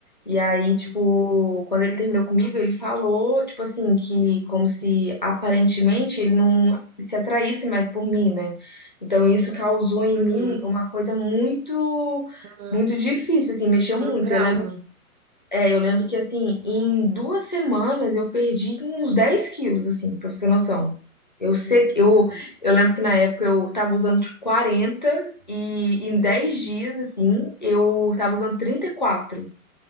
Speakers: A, on the left; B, on the right.
A: E aí, tipo,
B: uhum,
A: quando ele terminou comigo, ele falou, tipo assim, que como se aparentemente ele não se atraísse mais por mim, né? Então isso causou em
B: uhum.
A: mim uma coisa muito,
B: Ah,
A: muito difícil, assim, mexeu muito.
B: um trauma.
A: Eu lembro, é, eu lembro que assim, em duas semanas eu perdi uns 10 quilos, assim, pra você ter noção. Eu sei,
B: Uhum.
A: eu, eu lembro que na época eu tava usando tipo 40 e em 10 dias, assim, eu tava usando 34